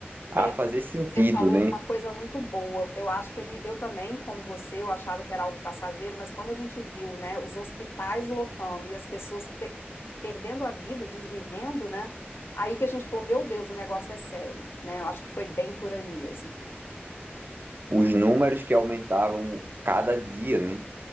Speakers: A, on the right; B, on the left.
A: a
B: É,
A: fazer sentido,
B: Você falou
A: né?
B: uma coisa muito boa. Eu acho que a gente, eu também, como você, eu achava que era algo passageiro, mas quando a gente viu, né, os hospitais lotando e as pessoas pe- perdendo a vida, desvivendo, né, aí que a gente falou, meu Deus, o negócio é sério, né? Eu acho que foi bem por aí mesmo.
A: Os números que aumentavam cada dia, né?